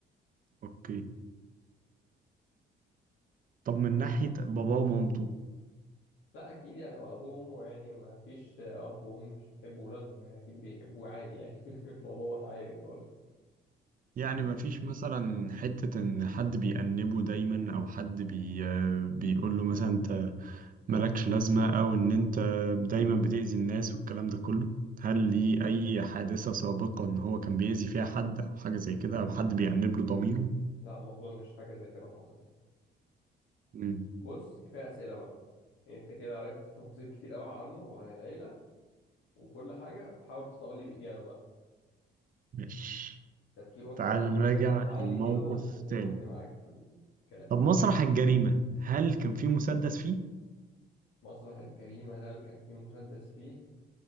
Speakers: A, on the right (about 45°); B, on the left (about 80°).
A: اوكي طب من ناحية باباه ومامته
B: لا اكيد يعني هو ابوه وامه يعني ما فيش اب وام مش بيحبوا ولادهم يعني اكيد بيحبوه عادي يعني <laughs> الموضوع عادي خالص
A: يعني ما فيش مثلا حتة ان حد بيأنبه دايما او حد بي بيقول له مثلا انت مالكش لازمة او ان انت دايما بتأذي الناس والكلام ده كله هل ليه اي حادثة سابقة ان هو كان بيأذي فيها حد او حاجة زي كده او حد بيأنب له ضميره
B: لا ما اظنش حاجه زي كده حصلت
A: مم.
B: بص كفايه اسئله بقى يعني انت كده عرفت تفاصيل كتير قوي عنه وعن العيله وكل حاجه حاول تطلع لي باجابه بقى
A: ماشي
B: تفكير وانت
A: تعال
B: فكر
A: نراجع
B: كده بصوت عالي
A: الموقف
B: كده و- وخدني
A: تاني
B: معاك في الكلام
A: طب مسرح الجريمة هل كان في مسدس فيه؟
B: مسرح الجريمه هل كان في مسدس فيه